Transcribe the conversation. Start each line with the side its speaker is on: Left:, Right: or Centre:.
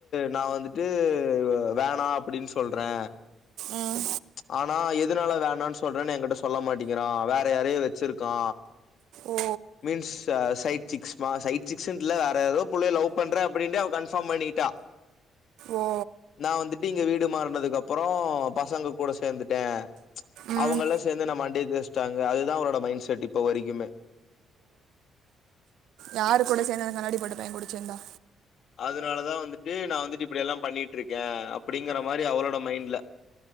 Left: நா வந்துட்டு வேணா அப்டின்னு சொல்றே
Right: ம்
Left: ஆனா எதனால வேணா சொல்றேன்னு என்கிட்ட சொல்ல மாட்டேங்கிறா வேற யாரையோ வச்சிருக்கா
Right: ஓ
Left: மீன்ஸ் ச சைட் சிக்ஸ் மா சைட்சிக்ஸ்ன்ட்ல வேற ஏதோ புள்ளய லவ் பண்றே அப்டின்ட்டு அவ கன்ஃபார்ம் பண்ணிட்டா
Right: ஓ
Left: நா வந்துட்டு இங்க வீடு மாறனதுக்கப்புறோ பசங்க கூட சேர்ந்துட்டே
Right: ம்
Left: அவங்கல்லா சேர்ந்து நம்ம மண்டியை தேசிட்டாங்க அதுதான் அவுளோட மைண்ட் செட் இப்ப வரைக்குமே
Right: யாரு கூட சேந்து அந்த கண்ணாடி போட்ட பையன் கூட சேந்தா
Left: அதனாலதான் வந்துட்டு நா வந்துட்டு இப்டியெல்லா பண்ணிட்டுருக்கே அப்டிங்கிற மாரி அவரோட மைண்ட்ல